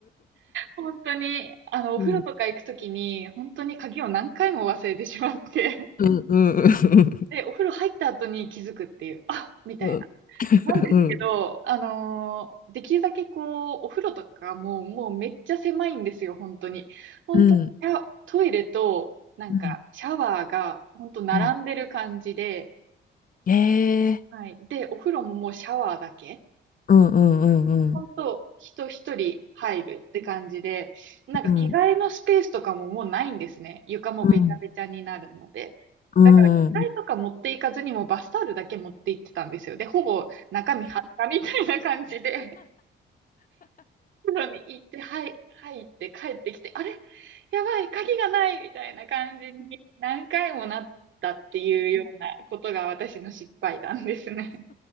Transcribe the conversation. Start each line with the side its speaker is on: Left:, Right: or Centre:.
Right: 本当に、あの、お風呂とか行くときに、
Left: うん、
Right: 本当に鍵を何回も忘れてしまって、
Left: うん、うん、うん、
Right: <laughs> で、お風呂入った後に気づくっていう、あみたいな。
Left: うん、
Right: なんですけど、
Left: うん、
Right: あのーできるだけこう、お風呂とかもう、もうめっちゃ狭いんですよ、本当に。本当に、
Left: うん、うん、
Right: いやトイレと、なんか、
Left: うん、
Right: シャワーが、本当並んでる感じで、
Left: うん、ええ、
Right: はい。で、お風呂ももうシャワーだけ。
Left: うん、うん、うん、うん、
Right: 本当、人一人入るって感じで、なんか着替えのスペースとかももうないんですね。
Left: うん、
Right: 床もべちゃべちゃになるので。
Left: うん、うん、
Right: だから着替えとか持っていかずにもうバスタオルだけ持って行ってたんですよ。で、ほぼ中身裸みたいな感じで、風呂に行って、はい、入って帰ってきて、あれやばい、鍵がないみたいな感じに何回もなったっていうようなことが私の失敗談ですね。